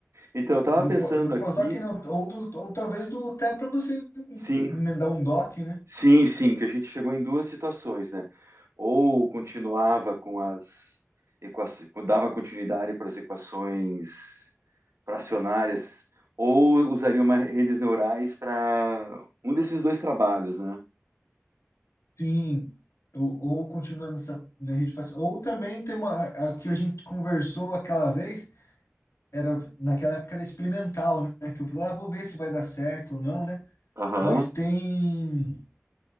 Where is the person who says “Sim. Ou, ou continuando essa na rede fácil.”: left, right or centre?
Left